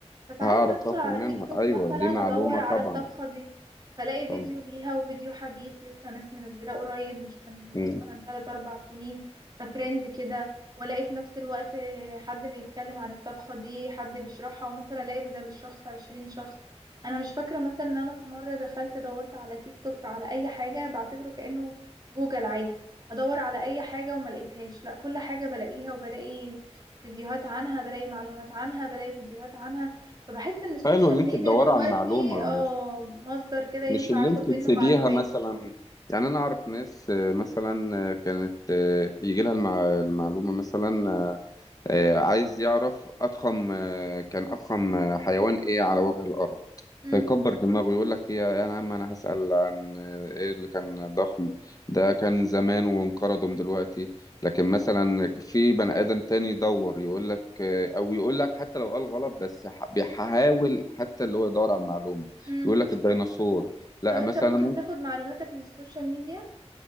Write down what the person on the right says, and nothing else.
فساعات
بدخل
على
تيك توك
مثلا
ادور على
الطبخة دي فلاقي فيديو
ليها وفيديو حديث لسه ناس منزلة قريب مش من
مثلا 3 4 سنين فترند كده والاقي في نفس الوقت حد بيتكلم عن الطبخة دي حد بيشرحها وممكن الاقي بدل الشخص 20 شخص انا مش فاكرة مثلا ان انا في مرة دخلت دورت على تيك توك فعلى اي حاجة بعتبره كأنه جوجل عادي ادور على اي حاجة وما لقيتهاش لا كل حاجة بلاقيها وبلاقي ريفيوهات عنها بلاقي معلومات عنها بلاقي فيديوهات عنها فبحس ان السوشيال
ميديا
دلوقتي
اه
مصدر كده ينفع
اخد
منه
معلومات
امم
امم
طب انت
ممكن تاخد معلوماتك من السوشيال ميديا